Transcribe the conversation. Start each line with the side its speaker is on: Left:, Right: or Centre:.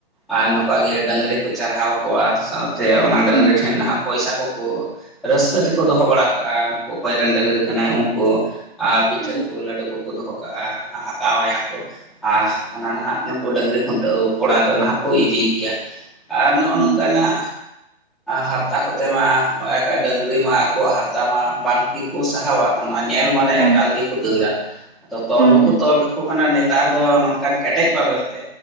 Centre: ᱟᱨ ᱱᱚᱝᱠᱟ ᱜᱮ ᱰᱟᱹᱝᱨᱤ ᱠᱚ ᱪᱟᱨᱦᱟᱣ ᱠᱚᱣᱟ ᱥᱟᱶ ᱛᱮ ᱚᱱᱟ ᱰᱟᱹᱟᱝᱨᱤ
Right: ᱦᱮᱸ
Centre: ᱴᱷᱮᱱ ᱱᱟᱦᱟᱜ ᱯᱚᱭᱥᱟ ᱠᱚᱠᱚ ᱨᱟᱹᱥᱠᱟᱹ ᱛᱮᱠᱚ ᱫᱚᱦᱚ ᱵᱟᱲᱟ ᱠᱟᱜᱼᱟ ᱾ ᱚᱠᱚᱭ ᱨᱮᱱ ᱰᱟᱝᱨᱤ ᱠᱟᱱᱟᱭ ᱩᱱᱠᱩ ᱟ ᱯᱤᱴᱷᱟᱹ
Right: ᱦᱮᱸ
Centre: ᱠᱚ ᱞᱟᱹᱰᱩ ᱠᱚᱠᱚ ᱫᱚᱦᱚ ᱠᱟᱜᱼᱟ ᱾ ᱟᱠᱟᱣ ᱟᱭᱟ ᱠᱚ ᱾ ᱟᱨ ᱚᱱᱟ ᱱᱟᱦᱟᱜ ᱱᱩᱠᱩ ᱰᱟᱹᱝᱨᱤ ᱠᱷᱩᱱᱴᱟᱹᱣ ᱠᱚᱲᱟ ᱫᱚ ᱱᱟᱦᱟᱜ ᱠᱚ ᱤᱫᱤᱭ ᱜᱮᱭᱟ ᱾ ᱟᱨ ᱱᱚᱜᱼᱚ
Right: ᱦᱮᱸ
Centre: ᱱᱚᱝᱠᱟᱱᱟᱜ ᱦᱟᱨᱛᱟ ᱠᱚᱛᱮ ᱢᱟ ᱰᱟᱝᱨᱤ ᱢᱟ ᱟᱠᱚᱣᱟᱜ ᱦᱟᱨᱛᱟ ᱢᱟ ᱵᱟᱝᱠᱤ ᱠᱩᱥᱤ ᱥᱟᱦᱟᱣᱟ ᱚᱱᱟ ᱧᱮᱞ ᱢᱟᱱᱮ
Right: ᱦᱮᱸ
Centre: ᱮᱠᱟᱞ ᱜᱮᱠᱚ ᱫᱟᱹᱲᱟ ᱟᱫᱚ ᱛᱚᱞ
Right: ᱦᱩᱸ
Centre: ᱦᱚᱸ ᱠᱚ
Right: ᱦᱩᱸ
Centre: ᱛᱚᱞ ᱠᱟᱠᱚ ᱾ ᱢᱟᱱᱮ ᱱᱮᱛᱟᱨ ᱫᱚ ᱱᱚᱝᱠᱟᱱ ᱠᱮᱴᱮᱡ ᱵᱟᱵᱮᱨ ᱛᱮ